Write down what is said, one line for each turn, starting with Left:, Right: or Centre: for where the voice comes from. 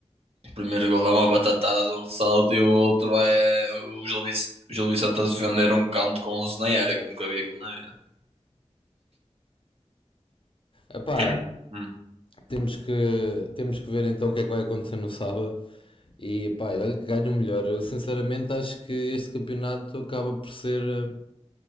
Right: primeiro gol é uma batatada de um ressalto e o outro é o Gil, Vic- Gil Vicente a defender um canto com 11 na área, que eu nunca vi aquilo na vida.
Left: Ah
Right: <coughs> Hum.
Left: temos que, temos que ver então o que é que vai acontecer no sábado. E pá, olha que ganho o melhor. Eu sinceramente acho que este campeonato acaba por ser, eh,